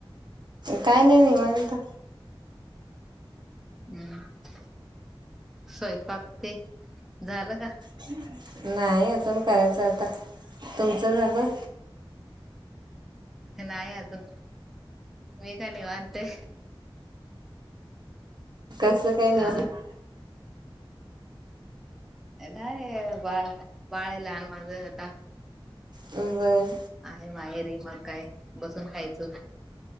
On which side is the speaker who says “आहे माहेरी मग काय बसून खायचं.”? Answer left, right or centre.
Centre